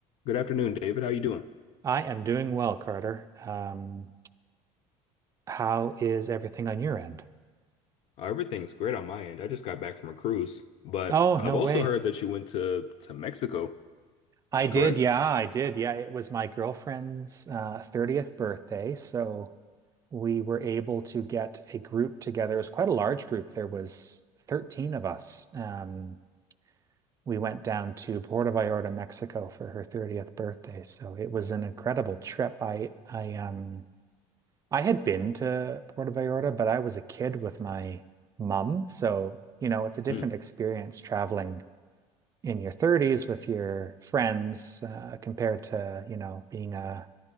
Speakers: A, on the left; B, on the right.
A: Good afternoon, David. How you doing?
B: I am doing well, Carter. Um, how is everything on your end?
A: Uh, everything's great on my end. I just got back from a cruise, but
B: Oh,
A: I've
B: no
A: also
B: way.
A: heard that you went to to Mexico,
B: I did.
A: correct?
B: Yeah, I did. Yeah, it was my girlfriend's uh, 30th birthday. So we were able to get a group together. It was quite a large group. There was 13 of us. Um, we went down to Puerto Vallarta, Mexico for her 30th birthday. So it was an incredible trip. I I um I had been to Puerto Vallarta, but I was a kid with my mum. So, you know, it's a different
A: Mm.
B: experience traveling in your 30s with your friends uh, compared to, you know, being a